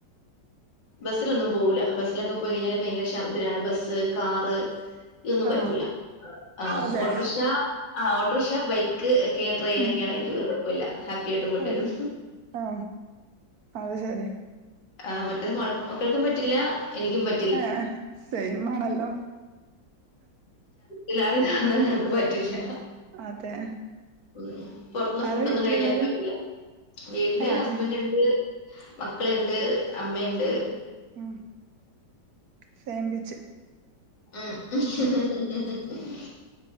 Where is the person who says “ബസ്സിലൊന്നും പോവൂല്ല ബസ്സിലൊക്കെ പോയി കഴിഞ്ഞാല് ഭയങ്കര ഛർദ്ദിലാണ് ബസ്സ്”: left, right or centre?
Left